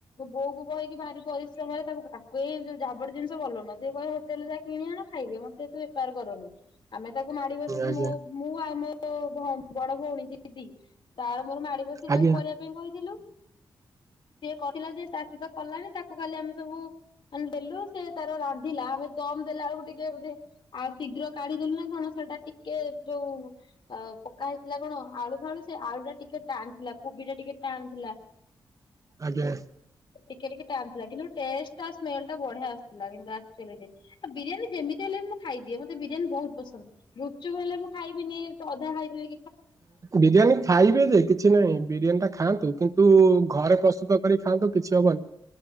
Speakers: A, on the left; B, on the right.
A: ବୋଉ କୁ କହିକି ବାହାରି ପରିଶ୍ରମରେ ତାକୁ ଝାବଡଡି ଜିନିଷ ଭଲନ ସେ କହେ ହୋଟେଲରେ ଯା କିଣ ଆ ଖାଇବେ ମତେ ଏତୁ ବେପାର କରନି। ଆମେ ତାକୁ ମାଡି ବସିକି
B: ଆଜ୍ଞା
A: ମୁ ମୁଁ ଆଉ ମୋଉ ବଡ ଭଉଣୀ ଦିଦି। ତାର ମୋର ମାଡି ବସି
B: ଆଜ୍ଞା
A: ତାକୁ କରିବା ପାଇଁ କହିଥିଲୁ। ସିଏ କହିଥିଲା ଯେ ଚାଷୀ ତ କଲାଣି ତାକୁ ଖାଲି ଆମେ ସବୁ ମାନେ ଡେଲୁ ସେ ତାର ରାନ୍ଧିଲା ଆମେ ଦମ ଦେଲା ଆଳକୁ ଟିକେେ ଆଉ ଶୀଘ୍ର କାଢିଦ ଦେଲୁ ନା କଣ। ସେଟା ଟିକେ ଯୋଉ ଅ ପକା ହେଇଥିଲା କଣ ଆଳୁ ଫ ଆଳୁ ସେ ଆଳୁ ଟା ଟିକେ ଟାଣିଥିଲା କୋବି ଟା ଟିକେ ଟାଣଥିଲା।
B: ଆଜ୍ଞା।
A: ଟିକେ ଟିକେ ଟାଣିଥିଲା କିନ୍ତୁ ଟେଷ୍ଟ ସ୍ମେଲ ଟା ବଢିଆ ଆସିଥିଲା କିନ୍ତୁ ଆଚୁଆ ବିରିୟାନୀ ଯେମିତି ମୁଁ ଖାଇଦିଏ ମତେ ବିରିୟାନୀ ବହୁତ ପସନ୍ଦ ଗୁପଚୁପ ହେଲେ ମୁଁ ଖାଇବିନି ଅଧା ଖାଇଦବି।
B: ବିରିୟାନୀ ଖାଇବେ ଯେ କିଛି ନାହିଁ ବିରିୟାନୀ ଟା ଖାଆନ୍ତ କିନ୍ତୁ, ଘରେ ପ୍ରସ୍ତୁତ କରି ଖାଆନ୍ତୁ କିଛି ହବନି।